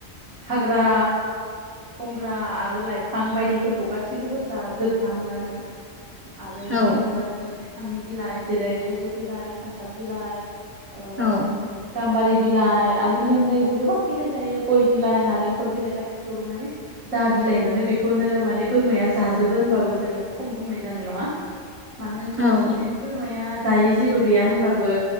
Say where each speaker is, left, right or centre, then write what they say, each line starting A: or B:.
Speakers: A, on the right; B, on the right.
A: हाग्रा बंग्रा आरो लाइफां बायदिफोरखौ गासैखौबो जाजोबफ्रामोआनो। आरो
B: औ
A: बिनि अनगा जोङो बिफांनि बिलाइ जेरै थाइजौ बिलाइ, खान्थाल बिलाइ ओ
B: औ।
A: गाम्बारि बिलाइ आरो बिनि अनगायैबो गोबां बिलाइ जायो गय बिलाइ, नालेंखर बिलाइ गासिखौबो माने जा बिलाइ मोनो बेखौनो माने बोरमाया जाजोबो होनबाबो जोङो खम बुंनाय जानाय नङा। मानो होनोब्ला
B: औ
A: माने बोरमाया जायै जेबो गैया होनबाबो